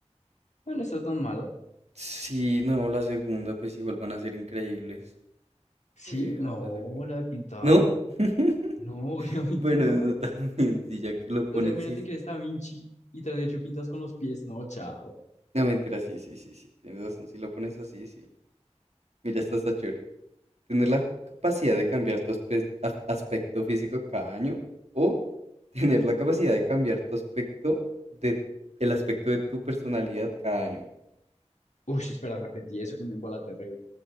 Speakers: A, on the left; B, on the right.
A: No, no está tan mala.
B: Sí, no, la segunda, pues igual van a ser increíbles. Sí,
A: Sí,
B: no,
A: no,
B: la segunda.
A: la de pintar.
B: ¿No? <laughs>
A: No, <laughs> obviamente
B: Bueno,
A: no.
B: eso también, sí, ya que lo pones,
A: O sea, imagínate
B: sí, sí.
A: que eres Da Vinci y tras de hecho pintas con los pies. No, chao.
B: No, mentira, sí, sí, sí, sí, tienes razón, si lo pones así, sí. Mira, esta está chévere. Tener la capacidad de cambiar tu aspe- as- aspecto físico cada año o <laughs> tener la capacidad de cambiar tu aspecto de el aspecto de tu personalidad cada año.
A: Uy, espera, repetí eso que me embolaté, terrible.